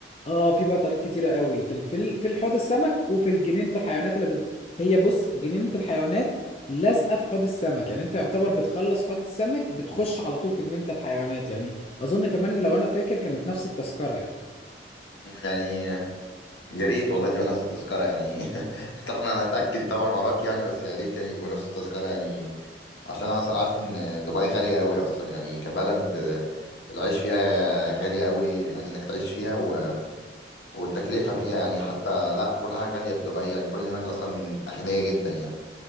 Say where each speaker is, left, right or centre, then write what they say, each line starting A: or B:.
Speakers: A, on the left; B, on the left.
A: اه في بطاريق كتيره قوي في ال- في ال- في حوض السمك وفي جنينه الحيوانات اللي بد... هي بص جنينه الحيوانات لازقه في حوض السمك يعني انت يعتبر بتخلص حوض السمك بتخش على طول في جنينه الحيوانات يعني اظن كمان لو انا فاكر كانت نفس التذكره يعني
B: يعني يا ريت والله تبقى نفس التذكرة يعني <laughs> طبعا انا هتأكد طبعا وراك يعني بس يا ريت يعني يبقوا نفس التذكرة يعني عشان انا اصلا عارف ان دبي غالية قوي اصلا يعني كبلد آه، العيش فيها غالي قوي يعني انك تعيش فيها و... والتكلفة فيها يعني حتى لا كل حاجة غالية في دبي يعني كل هناك اصلا اغنياء جدا يعني